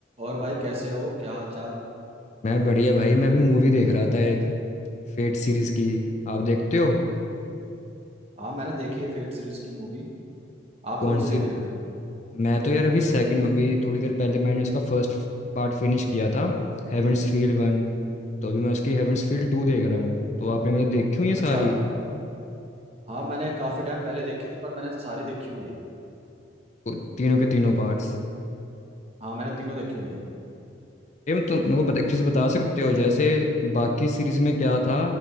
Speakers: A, on the right; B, on the left.
A: और भाई कैसे हो क्या हाल चाल
B: मैं बढ़िया भाई मैं अभी मूवी देख रहा था एक फेट सीरीज की आप देखते हो
A: हाँ मैंने देखी है फेट सीरीज की मूवी आप
B: कौन
A: कौन सी देख
B: सी
A: रहे हो
B: मैं तो यार अभी सेकंड अभी थोड़ी देर पहले मैंने इसका फर्स्ट पार्ट फिनिश किया था हेवेंस फील्ड वन तो अभी मैं उसकी हेवेंस फील्ड टू देख रहा हूँ तो आपने मतलब देखी हुई है
A: अच्छा
B: सारी
A: हाँ मैंने काफी टाइम पहले देखी थी पर मैंने सारी देखी हुई है
B: वो तीनों के तीनों पार्ट्स
A: हाँ मैंने तीनों देखी हुई हैं
B: ये मैं तुम मेरे को बता- एक चीज़ बता सकते हो जैसे बाकी सीरीज में क्या था